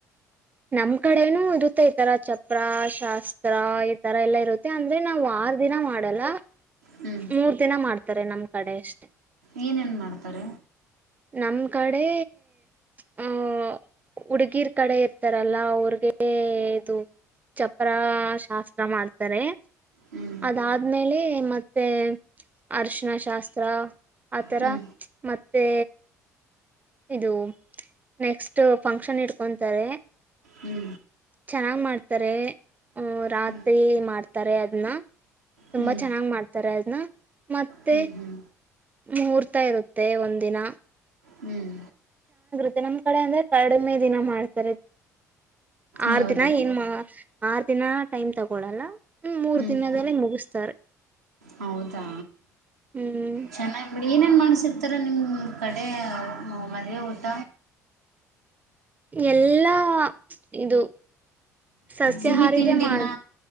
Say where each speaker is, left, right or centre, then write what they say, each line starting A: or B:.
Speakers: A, on the right; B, on the right.
A: ನಮ್ ಕಡೆನೂ ಇರುತ್ತೆ ಈತರ ಚಪ್ರ ಶಾಸ್ತ್ರ, ಈತರ ಎಲ್ಲಾ ಇರುತ್ತೆ ಅಂದ್ರೆ ನಾವ್ ಆರು ದಿನ ಮಾಡಲ್ಲ
B: ಹ್ಞೂ
A: ಮೂರ್ ದಿನ ಮಾಡ್ತಾರೆ ನಮ ಕಡೆ ಅಷ್ಟೇ
B: ಏನೇನ್ ಮಾಡ್ತಾರೆ?
A: ನಮ್ ಕಡೆ, ಹ, ಹುಡುಗಿರ್ ಕಡೆ ಇರ್ತಾರಲ್ಲ, ಅವ್ರಗೆ ಇದು ಚಪ್ಪರ ಶಾಸ್ತ್ರ ಮಾಡ್ತಾರೆ.
B: ಹ್ಞೂ
A: ಅದಾದ್ಮೇಲೆ ಮತ್ತೆ ತ್ತೆ ಹರಿಶಿನ ಶಾಸ್ತ್ರ ಆಥರ
B: ಹ್ಞೂ
A: ಮತ್ ತ್ತೆ ಇದು ನೆಕ್ಸ್ಟ್ ಫಂಕ್ಷನ್ ಇಡ್ಕೊಂತಾರೆ
B: ಹ್ಞೂ
A: ಚೆನ್ನಾಗ್ ಮಾಡ್ ತ್ತರ ಹ್ಮ ರಾತ್ರಿ
B: ಹ್ಞೂ
A: ಮಾಡ್ ತರೆ ಅದನ್ನ ತುಂಬಾ
B: ಹ್ಞೂ
A: ಚೆನ್ನಾಗ್ ಮಾಡ್ತಾರೆ ನ ಮತ್ತೆ
B: ಹ್ಞೂ ಹ್ಞೂ
A: ಮುಹೂರ್ತ ಇರುತ್ತೆ ಒಂದಿನ
B: ಹ್ಮ್
A: ಮತ್ತೆ ನಮ್ ಕಡೆ ಅಂದ್ರೆ ಕಡಿಮೆ ದಿನ ಮಾಡ್ತಾರೆ ಆರ್
B: ಯಾವುದದು
A: ದಿನಾ ಏನು ಮಾ ಆರ್ ದಿನ ಟೈಮ್ ತಗೊಳಲ್ಲ ಮೂರ್
B: ಹ್ಮ್
A: ದಿನದಲ್ಲೇ
B: ಹ್ಮ್
A: ಮುಗಿಸ್ತಾರೆ
B: ಹೌದಾ
A: ಹ್ಮ್
B: ಚೆನ್ನಾಗ್ ಬಿಡಿ ಏನೇನ್ ಮಾಡ ಕಾಣಸರ್ತಾರೆ ನಿಮ್ಮ ಕಡೆ ಮದುವೆ ಊಟ
A: ಎಲ್ಲಾ ಇದು ಸಸ್ಯಹಾರಿದೇ
B: ಸಿಹಿ ತಿಂಡಿನಾ
A: ಮಾಡ